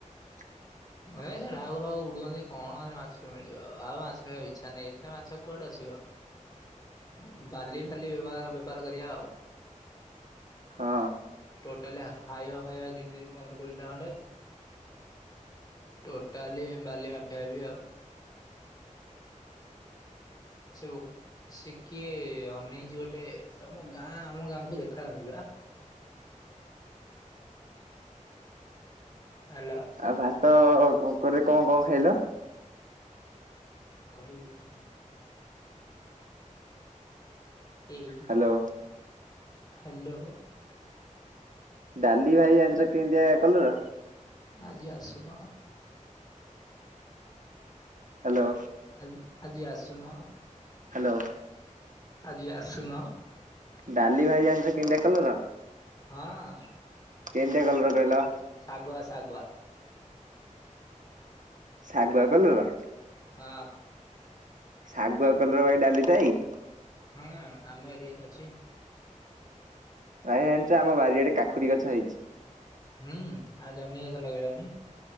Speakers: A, on the right; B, on the left.
A: ହ <unintelligible>
B: ଏ ସେ ଢାଉକ ଫାଉକ ଉଡ଼ୁଅନ୍ତି କଣ ସେ ମାଛରୁ ମିଳିବ ଆଉ ମାଛ ଖାଇବାଉ ଇଚ୍ଛା ନାହିଁ ଏତେ ମାଛ କୁଆଡ଼ୁ ଆସିବ? ଉଁ ବାଲି ଫାଲି ବେବା ବେପାର କରିବା ଆଉ।
A: ହଁ।
B: ଟୋଟାଲି ହାଇବା ଫାଇବା କିଣିଦେବି ପନ୍ଦର କୋଡ଼ିଏଟା ଖଣ୍ଡେ ଟୋଟାଲି ବାଲି ମାଫିଆ ହେବି ଆଉ। ସେ ଓ ସେ କିଏ ଅନେଇଚି ଗୋଟେ ତମ ଗାଁ ଆମ ଗାଁକୁ ଦେଖାଯାଉଚି ବା। ହାଲୋ।
A: ଆଉ ଭାତ କକରେ କଁ କଁ ଖାଇଲ?
B: କହିବିନି। ଏଇ,
A: ହାଲୋ
B: ହାଲୋ।
A: ଡାଲି ଭାଇ ଜାଣିଚ କେନ୍ତିଆ କଲର୍?
B: ଆଜି ଆସୁନ।
A: ହାଲୋ।
B: ଆଜି ଆଜି ଆସୁନ।
A: ହାଲୋ।
B: ଆଜି ଆସୁନ।
A: ଡାଲି ଭାଇ ଜାଣିଚ କେନ୍ତିଆ କଲର?
B: ହଁ।
A: କେନ୍ତିଆ କଲର କହିଲ।
B: ଶାଗୁଆ ଶାଗୁଆ।
A: ଶାଗୁଆ କଲର?
B: ଅ।
A: ଶାଗୁଆ କଲର ଭାଇ ଡାଲି ଥାଇ?
B: ହଁ ଆମ ଏରିଆରେ ଅଛି।
A: ଭାଇ ଜାଣିଚ ଆମ ବାରିଆଡ଼େ କାକୁଡ଼ି ଗଛ ହେଇଚି।
B: ହୁଁ ଆଉ ଜହ୍ନି ଗଛ ଲଗେଇନି।